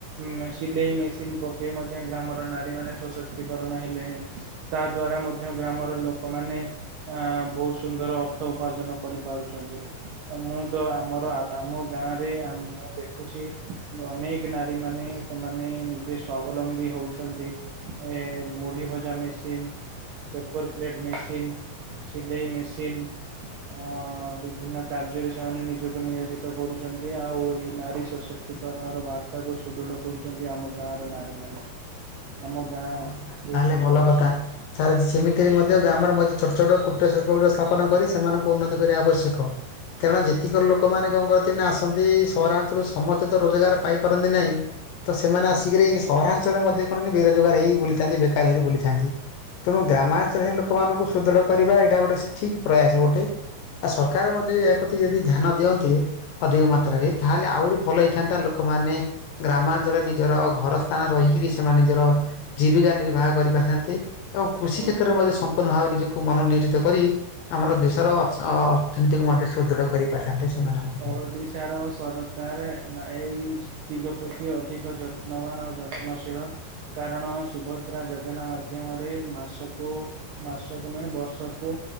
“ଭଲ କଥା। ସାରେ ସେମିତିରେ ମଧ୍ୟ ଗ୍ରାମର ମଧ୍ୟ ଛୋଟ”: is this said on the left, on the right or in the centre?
Left